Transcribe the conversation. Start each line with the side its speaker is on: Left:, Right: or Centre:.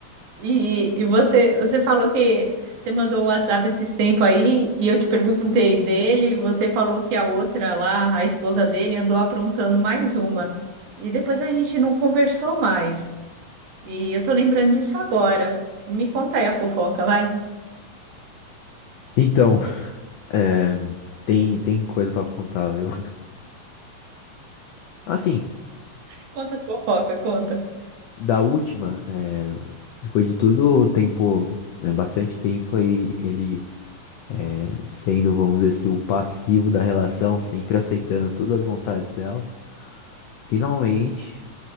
Right: E, e você, você falou que você mandou um WhatsApp esses tempos aí e eu te perguntei dele. Você falou que a outra lá, a esposa dele, andou aprontando mais uma. E depois a gente não conversou mais. E eu tô lembrando disso agora. Me conta aí a fofoca, vai.
Left: Então, é, tem, tem coisa pra contar, viu? Assim,
Right: Conta a fofoca, conta.
Left: da última, é, depois de tudo, o tempo, né, bastante tempo aí, ele é, sendo, vamos dizer assim, o passivo da relação, sempre aceitando todas as vontades dela, finalmente,